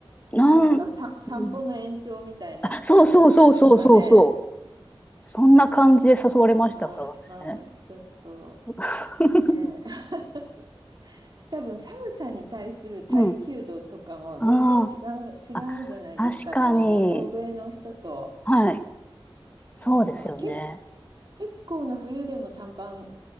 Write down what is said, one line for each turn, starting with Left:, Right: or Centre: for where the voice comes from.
Left: なん、
Right: なんかさ、
Left: うん
Right: 散歩の延長みたいな感覚なんですかね。
Left: あそうそうそうそうそうそう。そんな感じで誘われましたからね。
Right: はい、はい。ちょっと、
Left: <laughs>
Right: ね。<laughs> 多分寒さに対する耐久度とかも全然違う、
Left: うん。あ
Right: 違うじゃないですか。
Left: あ、あ、確かに。
Right: あの、欧米の人と。
Left: はい。そうですよね。
Right: なんか、け、結構な冬でも短パン、